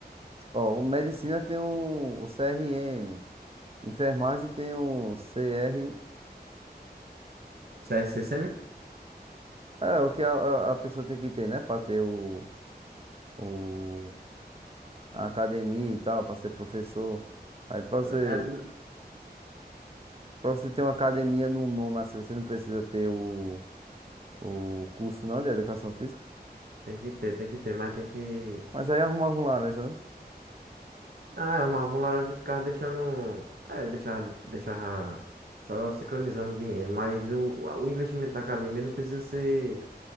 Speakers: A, on the right (about 35°); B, on the right (about 70°).
A: Ó, o medicina tem um... O CRM. Enfermagem tem um CR...
B: CSCM?
A: É, o que a, a a pessoa tem que ter, né? Pra ter o... o... A academia e tal, pra ser professor. Aí pra
B: É,
A: você...
B: n-
A: Pra você ter uma academia num nome assim, você não precisa ter o... O curso não de educação física.
B: tem que ter, tem que ter, mas tem que.
A: Mas aí arrumava um laranja, né?
B: Não, é, arrumava um laranja e ficava deixando. um- É, deixava, deixava só sincronizando dinheiro. Mas o, o investimento da academia não precisa ser